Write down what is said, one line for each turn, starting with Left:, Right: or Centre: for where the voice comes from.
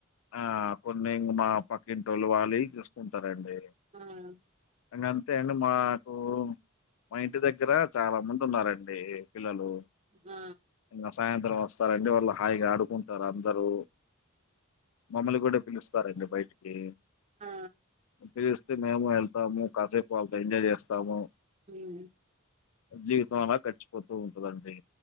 Left: ఆ కొన్నిం మా పక్కింటోల్లి వాలి చూసుకుంటారండి
Right: ఆ ఆ
Left: ఇంగ అంతే అండి మాకు మా ఇంటి దగ్గర చాలా మంది ఉన్నారండి పిల్లలు
Right: ఆ
Left: ఇంగ సాయంత్రం వస్తారండి వాళ్ళు హాయిగా ఆడుకుంటారు అందరు మమ్మల్ని కూడా పిలుస్తారండి బయటికి
Right: ఆ
Left: పిలిస్తే మేము వెళ్తాము కాఫీ పాలతో ఎంజాయ్ చేస్తాము
Right: ఉ
Left: జీవితం అలా గడిచిపోతు ఉంటదండి